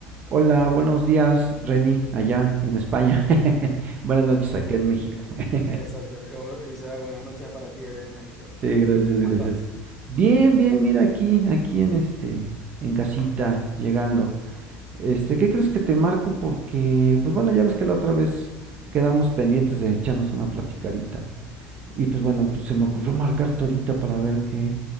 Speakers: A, on the right; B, in the centre.
A: Hola, buenos días, Reni, allá en España. <laughs> Buenas noches
B: Oh,
A: acá en México. <laughs>
B: exacto. Oh, Isa, buenas noches para ti allá en México.
A: Sí, gracias,
B: ¿Qué- ¿Cómo
A: gracias.
B: estás?
A: Bien, bien, mira aquí, aquí en este, en casita, llegando. Este, ¿qué crees que te marco? Porque, pues bueno, ya ves que la otra vez quedamos pendientes de echarnos una platicadita. Y pues bueno, pues se me ocurrió marcarte ahorita para ver qué,